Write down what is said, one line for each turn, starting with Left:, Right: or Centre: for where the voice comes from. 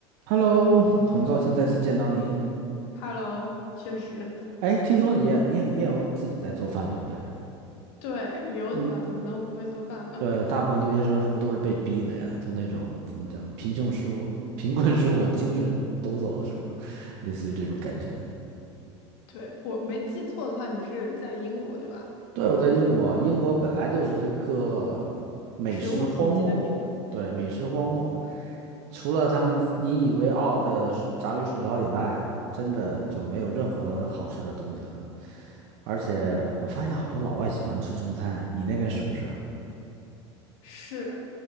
Right: Hello，很高兴再次见到你。
Left: Hello，确实，
Right: 哎，听说你也你也你也会自己在做饭，对不对？
Left: <laughs> 对，留子嘛，
Right: 因为
Left: 怎么能不会做饭呢？
Right: 对，大部分留学生是不是都是被逼的呀？就那种怎么讲，贫穷使我 <laughs> 贫困使我精神抖擞，是吗？类似于这种感觉。
Left: 对，我没记错的话，你是在英国，对吧？
Right: 对，我在英国，英国本来就是一个美食荒漠，
Left: 食物贫瘠的地方，
Right: 对，美食荒漠，除了他们引以为傲的薯炸鱼薯条以外，真的就没有任何好吃的东西了。而且我发现好多老外喜欢吃中餐，你那边是不是啊？
Left: 是。